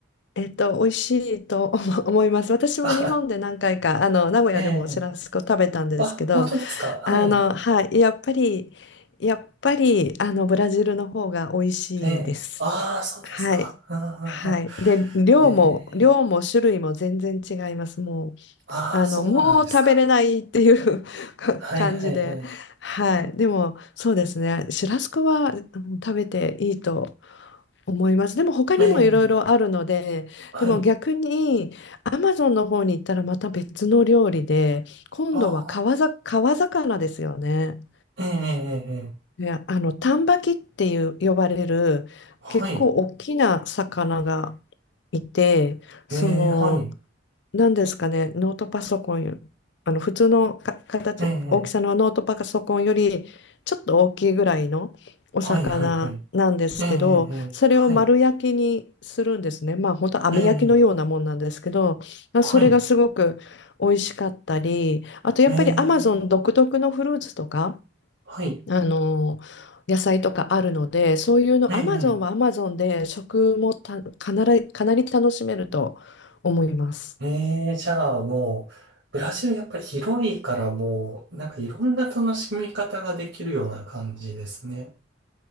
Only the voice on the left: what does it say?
えっと、美味しいと <laughs> 思思います。私も日本で何回か、
あの名古屋でもシュラスコ食べたんですけど、
あの、はい、やっぱり、やっぱりあのブラジルの方が美味しいです。
はい。
はい。
で、量も、
量も種類も全然違います。もう、
あの、
もう食べれないっていう <laughs> か感じで。
はい。でも、そうですね。シュラスコはうん食べていいと思います。でも、他にもいろいろあるので、
でも逆に、アマゾンの方に行ったらまた別の料理で、今度は川ざ、
川魚ですよね。
ね、あの、丹波木っていう呼ばれる結構大きな魚が
いて、
その、何ですかね、ノートパソコンよ、あの普通のか形、
大きさのノートパソコンよりちょっと大きいぐらいのお魚なんですけど、
それを丸焼きにするんですね。まあ本当網焼きのようなもんなんですけど、
まあそれがすごく美味しかったり、
あとやっぱりアマゾン独特のフルーツとか、
あの野菜とかあるので、そういうの、
アマゾンはアマゾンで食もたかなり、かなり楽しめると思います。